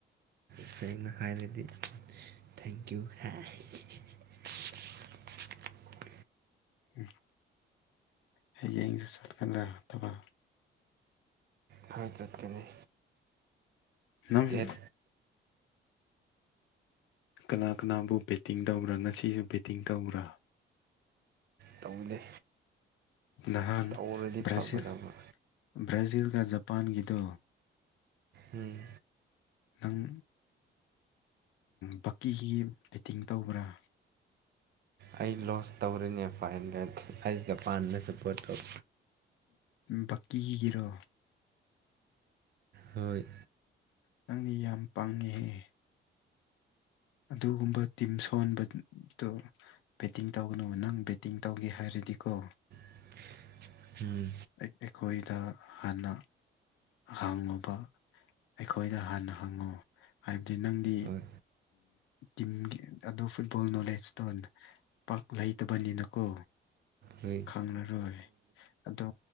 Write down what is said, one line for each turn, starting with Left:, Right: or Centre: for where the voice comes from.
Right: ꯁꯦꯡꯅ ꯍꯥꯏꯔꯗꯤ ꯊꯦꯡꯀ꯭ꯌꯨ ꯍꯥꯏ <inaudible>
Left: ꯎ ꯍ ꯌꯦꯡꯁ ꯆꯠꯀꯗ꯭ꯔꯥ ꯊꯕ
Right: ꯍꯣꯏ ꯆꯠꯀꯅꯤ
Left: ꯎꯝ
Right: ꯗꯦꯠ
Left: ꯀꯅꯥ ꯀꯅꯥꯕꯨ ꯕꯦꯠꯇꯤꯡ ꯇꯧꯕ꯭ꯔꯥ ꯉꯁꯤꯁꯨ ꯕꯦꯠꯇꯤꯡ ꯇꯧꯕ꯭ꯔꯥ
Right: ꯇꯧꯗꯦ
Left: ꯅꯍꯥꯟ
Right: ꯇꯧꯔꯗꯤ ꯐꯒꯗꯕ
Left: ꯕ꯭ꯔꯥꯖꯤꯜ ꯕ꯭ꯔꯥꯖꯤꯜꯒ ꯖꯄꯥꯟꯒꯤꯗꯣ
Right: ꯎꯝ
Left: ꯈꯤꯇꯪ ꯕꯛꯀꯤꯒꯤ ꯐꯤꯠꯇꯤꯡ ꯇꯧꯕ꯭ꯔꯥ
Right: ꯑꯩ ꯂꯣꯁ ꯇꯧꯔꯤꯅꯦ ꯐꯥꯏꯚ ꯍꯟꯗ꯭ꯔꯦꯠ ꯑꯩ ꯖꯄꯥꯟꯗ ꯁꯞꯄꯣꯔꯠ ꯇꯧ
Left: ꯕꯀꯤꯒꯤꯔꯣ
Right: ꯍꯣꯏ
Left: ꯅꯪꯗꯤ ꯌꯥꯝ ꯄꯥꯡꯉꯤꯍꯦꯍ ꯑꯗꯨꯒꯨꯝꯕ ꯇꯤꯝ ꯁꯣꯟꯕꯗꯨ ꯕꯦꯇꯤꯡ ꯇꯧꯒꯅꯨꯕ ꯅꯪ ꯕꯦꯇꯤꯡ ꯇꯧꯒꯦ ꯍꯥꯏꯔꯗꯤ ꯈꯣ
Right: <inaudible> ꯎꯝ
Left: ꯑꯩꯈꯣꯏꯗ ꯍꯥꯟꯅ ꯍꯥꯡꯉꯨꯕ ꯑꯩꯈꯣꯏꯗ ꯍꯥꯟꯅ ꯍꯥꯡꯉꯨ ꯍꯥꯏꯕꯗꯤ ꯅꯪꯗꯤ
Right: ꯍꯣꯏ
Left: ꯇꯤꯝꯒꯤ ꯑꯗꯨ ꯐꯨꯠꯕꯣꯜ ꯅꯣꯂꯦꯖꯇꯣ ꯄꯥꯛ ꯂꯩꯇꯕꯅꯤꯅꯀꯣ
Right: ꯍ
Left: ꯈꯪꯉꯔꯣꯏ ꯑꯗꯣ